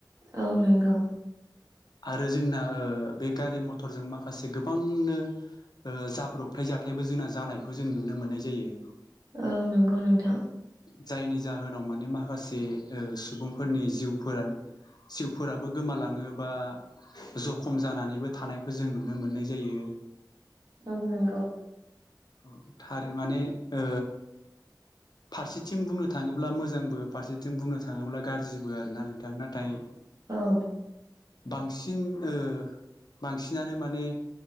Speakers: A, on the right; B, on the left.
A: औ नंगौ।
B: आरो जोंना ओ बे गारि मथरजों माखासे गोबांनो। ओ जाब्रबथाय जाथायबो जोंना जानायखौ जों नुनो मोननाय जायो।
A: औ नंगौ नोंथां।
B: जायनि जाहोनाव माने माखासे ओ सुबुंफोरनि जिउफोर। सिउफोराबो गोमालाङो। बा जखम जानानैबो थानायखौ जों नुनो मोननाय जायो।
A: औ नंगौ।
B: औ थारै माने ओ। फारसेथिं बुंनो थाङोब्ला मोजांबो फारसेथिं बुंनो थाङोब्ला गाज्रिबो आरो ना नोंथां नाथाय‌।
A: औ।
B: बांसिन ओ बांसिनानो माने।